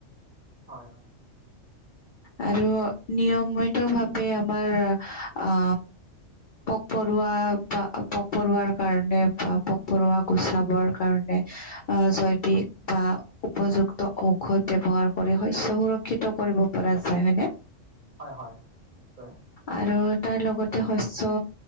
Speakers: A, on the right; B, on the left.
A: হয় হয়
B: আৰু নিয়মিত ভাৱে আমাৰ অ পোক পৰুৱা বা পোক পৰুৱাৰ কাৰণে বা পোক পৰুৱা গুচাবৰ কাৰণে আ জৈৱ দ্ধি বা উপযুক্ত ঔষধ ব্যৱহাৰ কৰি শস্য সুৰক্ষিত কৰিব পৰা যায় হয়নে।
A: হয় হয় নিশ্চয়
B: আৰু তাৰ লগতে শস্য